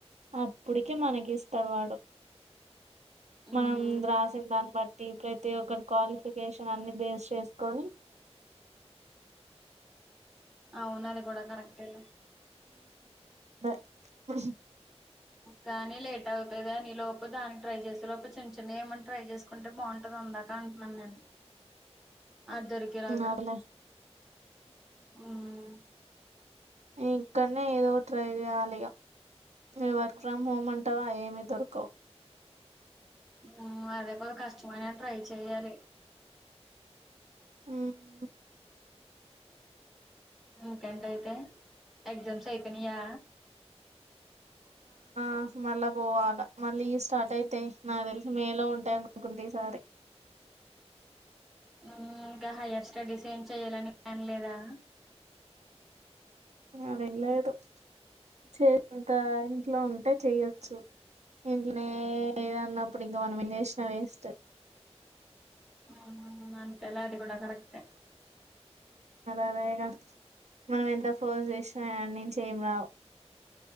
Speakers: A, on the right; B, in the centre.
A: అప్ డుటికి మనకి ఇస్తడు వాడు
B: ఉమ్
A: మనం రాసిన్ దాన్ బట్ టీ పు రైతే <unintelligible> ఒక్కర్ క్వాలిఫికేషన్ అన్ని బేస్ చేసుకొని
B: అవ్ నండి బుడ కడ <unintelligible> కరక్టే లే
A: ద <unintelligible>
B: కానీ లేట్ అవుతది అని లోపు దాన్ ట్రై చేసే లోపు చిన్న చిన్న ఏమన్ ట్రై చేసుకుంటే బాఉంటర్ అందాక అంట్ నాన్ నేన్ అద్ దొరికేలాగా
A: అదిలే
B: హుమ్
A: ఇకన్ నే ఏదో ట్రై జేయ్ లిగా హ్మ్ వర్క్ ఫ్రమ్ హోమ్ అంటావ ఆ ఏమీ దొరకవు
B: హ్మ్ అదేపో కష్టమైన ట్రై చెయ్యాలి
A: హుమ్మ్
B: ఇంకెన్ టయితే ఎగ్ జామ్స్ అయిపెన్ నీయా <inaudible>
A: ఆ ఫూ <unintelligible> మళ్ళా పోవాలా మళ్ళీ స్టార్ట్ అయితాయి నా తెలిసి మేలో ఉంటాయి అనుకుంటి ఈసారి
B: <inaudible> హ్మ్ కా హయర్ స్టడీస్ ఏం చెయలని ప్యన్ లేదా
A: అదేం లేదు చే <unintelligible> అంత ఇంట్లో ఉంటే చేయ్యొచ్చు ఇంట్ల ఏ లేదన్నప్పుడు ఇంక మనం ఏం జేష్ నా వేసస్టు
B: అవునువును అంతేలే అది కూడా కరెక్టే
A: అరేగా మనం ఎంత ఫోస్ చేసిన అనుచ్చి ఏం రావు